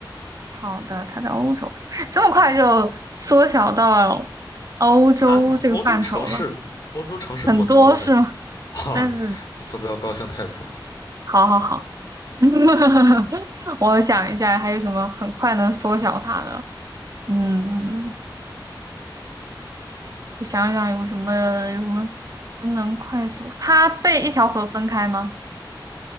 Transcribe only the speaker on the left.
啊，欧洲城市，欧洲城市那么多呢。
哈、
你可不要高兴太早。